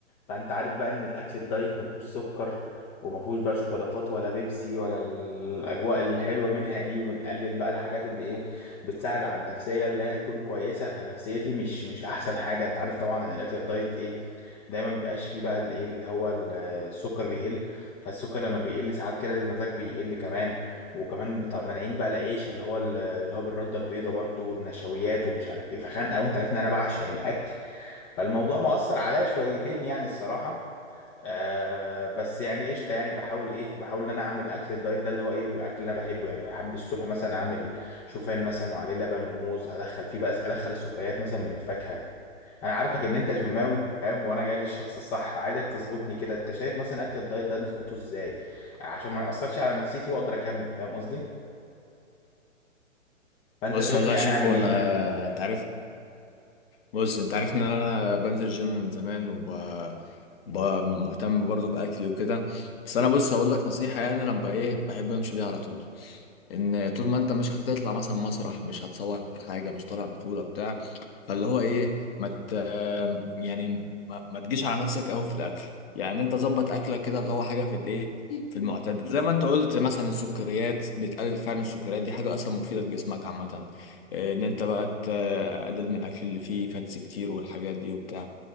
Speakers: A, on the left (about 15°); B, on the left (about 50°).
A: فانت عارف بقى ان الاكل الدايت ما فيهوش سكر وما فيهوش بقى شوكولاتات ولا بيبسي ولا الاجواء الحلوه منها دي ونقلل بقى الحاجات اللي ايه بتساعد على النفسيه اللي هي تكون كويسه فنفسيتي مش مش احسن حاجه انت عارف طبعا ان الاكل الدايت ايه دايما مبيبقاش فيه بقى الايه اللي هو ال- السكر بيقل فالسكر لما بيقل ساعات كده المزاج بيقل كمان وكمان بتاع- مانعين بقى العيش اللي هو اللي هو بالردة البيضاء برضو والنشويات ومش عارف ايه فخانقة وانت عارف ان انا بعشق الاكل فالموضوع مأثر عليا شويتين يعني الصراحة آه بس يعني قشطة يعني بحاول ايه بحاول ان انا اعمل اكل الدايت ده اللي هو ايه بيبقى اكل اللي انا بحبه يعني بحب الصبح مثلا اعمل شوفان مثلا وعليه لبن وموز هدخل فيه بقى ادخل السكريات مثلا من الفاكهة انا عارفك ان انت جماوي فاهم وانا جاي للشخص الصح فعايزك تظبطني كده انت شايف مثلا اكل الدايت ده نظبطه ازاي عشان ما يأثرش على نفسيتي واقدر اكمل فاهم قصدي فانت
B: بص
A: شايف
B: والله
A: يعني
B: يا شيفو
A: اعمل ايه
B: انا
A: يعني
B: انت عارف بص انت عارف ان انا بنزل الجيم من زمان وب ب- مهتم برضه باكلي وكده بس انا بص هقول لك نصيحه يعني انا بقى ايه بحب امشي بيها على طول ان طول ما انت مش هتطلع مثلا مسرح مش هتصور حاجه مش طالع بطوله بتاع فاللي هو ايه ما مت... يعني ما... ما تجيش على نفسك قوي في الاكل يعني انت ظبط اكلك كده اللي هو حاجه في الايه في المعتدل زي ما انت قلت مثلا السكريات بتقلل فعلا السكريات دي حاجه اصلا مفيده لجسمك عامه آه، ان انت بقى تقلل من الاكل اللي فيه فاتس كتير والحاجات دي وبتاع